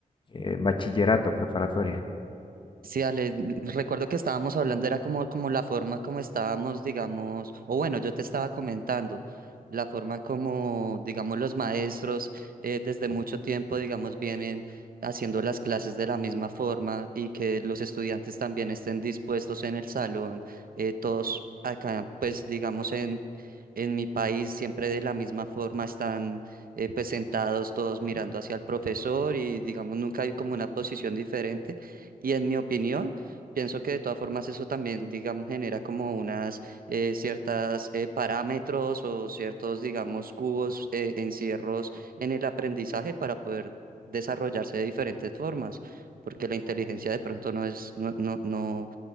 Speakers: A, on the left; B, on the right.
A: eh, bachillerato, preparatoria.
B: Sí, Ale, recuerdo que estábamos hablando, era como, como la forma como estábamos, digamos, o bueno, yo te estaba comentando, la forma como, digamos, los maestros eh, desde mucho tiempo, digamos, vienen haciendo las clases de la misma forma y que los estudiantes también estén dispuestos en el salón, eh, todos acá, pues, digamos, en, en mi país, siempre de la misma forma están eh, pues sentados todos mirando hacia el profesor y, digamos, nunca hay como una posición diferente. Y en mi opinión, pienso que de todas formas eso también, digamos, genera como unas eh, ciertas eh, parámetros o ciertos, digamos, cubos, eh, encierros en el aprendizaje para poder desarrollarse de diferentes formas, porque la inteligencia de pronto no es, no, no, no,